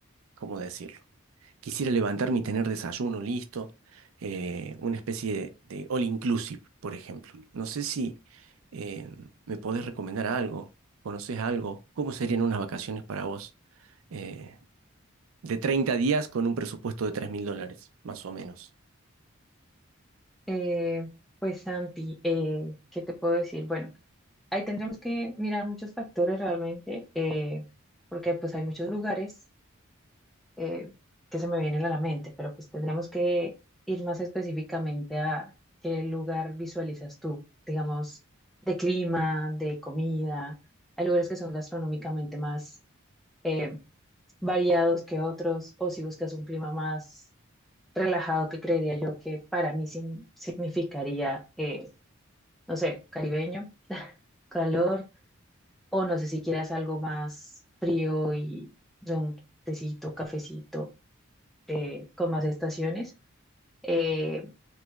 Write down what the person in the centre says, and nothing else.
Eh, pues Santi, eh, ¿qué te puedo decir? Bueno, ahí tendremos que mirar muchos factores realmente, eh, porque pues hay muchos lugares eh, que se me vienen a la mente, pero pues tendremos que ir más específicamente a qué lugar visualizas tú, digamos, de clima, de comida. Hay lugares que son gastronómicamente más eh, variados que otros, o si buscas un clima más relajado, que creería yo que para mí sim- significaría... eh, no sé, caribeño, <laughs> calor, o no sé si quieras algo más frío y de un tecito, cafecito, eh, con más estaciones. Eh,